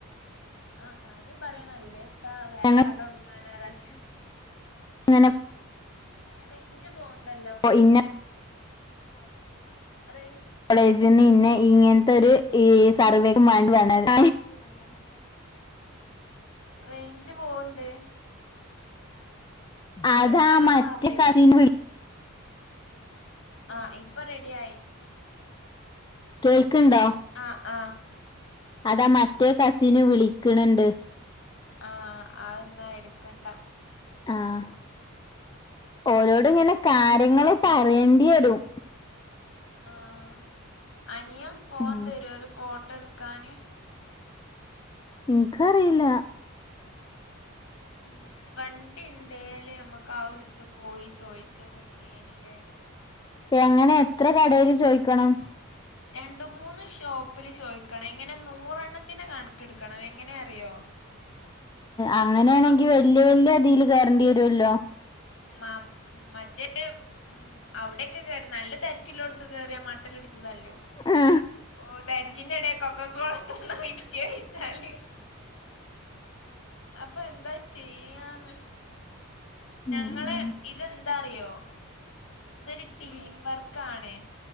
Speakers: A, on the left; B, on the left.
A: ആഹ് കാര്യം പറയണം അല്ലേത്താ വേറെ
B: ഞങ്ങൾ
A: കടടുങ്ങാനാച്ച്
B: <unintelligible>
A: ഏ റെയിഞ്ച് പോവുണ്ടല്ലോ
B: ഇന്നാ
A: റെയിൻ
B: കോളേജിൽന്ന് ഈ ഇങ്ങനത്തെ ഒരു സർവേ വാണ്ടി വന്നത്
A: റെയ്ഞ്ച് പോവണ്ട് ഇങ്ങള്
B: അതാ
A: സ്ഥലം
B: മറ്റേ
A: മാറിയേ
B: കസിൻ വി
A: ആഹ് ഇപ്പൊ റെഡി ആയി
B: കേൾക്കണ്ടോ
A: ആഹ് ആഹ്
B: അത് മറ്റേ കസിന് വിളിക്കണണ്ട്
A: ആഹ് അതന്നാ എടുക്കണ്ട
B: ആഹ് ഓരോട് ഇങ്ങനെ കാര്യങ്ങൾ പറയേണ്ടി വരും
A: ആഹ് അനിയൻ ഫോൺ
B: ഉം.
A: തരോ ഒരു ഫോട്ടോ എടുക്കാന്
B: ഇൻക്ക് അറിയില്ല
A: ഉം വണ്ടി ണ്ടേല് നമ്മക്ക് ആവിടുത്ത് പോയി ചോയ്ക്കാ പറ്റെയ്‌നില്ലേ
B: എങ്ങനെ എത്ര കടെൽ ചോയ്ക്കണം
A: രണ്ട മൂന്ന് ഷോപ്പില് ചോയ്ക്കണം ഇങ്ങനെ നൂറെണ്ണത്തിന്റെ കണക്കെടുക്കണം എങ്ങനെ അറിയോ
B: അങ്ങനെയാണെങ്കി
A: ഇപ്പം
B: വല്യ വല്യ അതിൽ കേറണ്ടി വരുവല്ലോ
A: മ മറ്റേ ഉം അവിടെക്കെ കേറി നല്ല തിരക്കിലോടുത്ത് കേറിയാ മ ടുത്ത് തല്ലോ
B: ആ.
A: ഓ തരിക്കിന്റെ ഇടല് ക്കൊക്കക്കോളാ ഒക്കെ തന്ന വിറ്റ് അഴിച്ചാല് അപ്പ എന്താ ചെയ്യാന് ഞമ്മള്
B: ഉം.
A: ഇതെന്താറിയോ ഇതൊരു ടീം വർക്ക് ആണ്